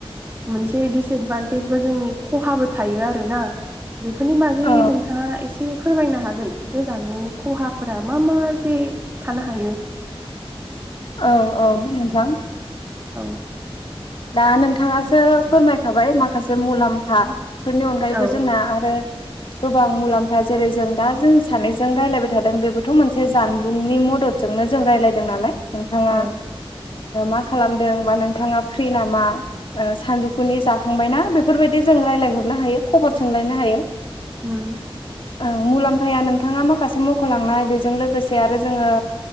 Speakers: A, on the right; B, on the left.
A: मोनसे दिडिसएदभान्टेज बा जोंनि खहाबो थायो आरोना। बेफोरनि बागै
B: औ
A: नोंथाङा एसे फोरमायनो हागोन जे जानबुंनि खहाफोरा मा मा जे थानो हायो।
B: औ औ नोंथां।
A: औ
B: दा नोंथाङासो फोरमायखाबाय माखासे मुलाम्फा फोरनि अनगायैबो
A: औ
B: जोंना आरो
A: <inaudible>
B: गोबां मुलाम्फा जेरै जों दा जों सानैजों रायज्लायबाय थादों बेबोथ' मोनसे जानबुंनि मदद जोंनो जों रदों नालाय, नोंथाङा
A: औ
B: मा खालाम दोंबा नोंथाङा फ्रि नामा? सानजौफुनि जाखांबायना? बेफोरबायदि जों रायजलायहरनो हायो खबर सोंलायनो हायो।
A: <unintelligible>
B: ओं मुलाम्फाया नोंथाङा माखासे मख'लांनाय बेजों लोगोसे आरो जोङो